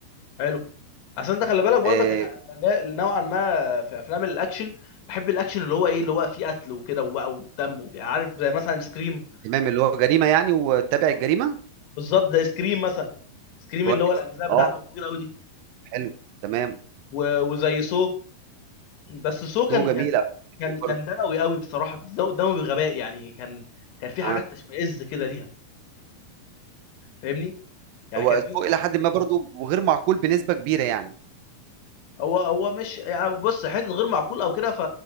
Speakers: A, on the left (about 80°); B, on the right (about 80°).
A: حلو عشان انت خلي بالك برضك
B: آه
A: انا أنا لا- نوعا ما في افلام الاكشن بحب الاكشن اللي هو ايه اللي هو فيه قتل وكده وبقى ودم وكده. عارف زي مثلا سكريم
B: تمام اللي
A: لو
B: هو
A: عارف
B: جريمة يعني وتابع
A: اه
B: الجريمة
A: بالظبط زي سكريم مثلا سكريم
B: كويس
A: اللي هو الاجزاء بتاعته
B: أه
A: الطويله قوي دي
B: حلو تمام
A: و- وزي سو بس سو كان
B: سوق جميلة
A: كان كان كان
B: برضه
A: دموي قوي بصراحه دموي غباء يعني كان كان في حاجات
B: آه
A: تشمئز كده ليها فاهمني يعني
B: هو
A: كان
B: السوق
A: في
B: إلى حد ما برضه وغير معقول بنسبة كبيرة يعني
A: هو هو مش يعني بص حته غير معقول او كده ف...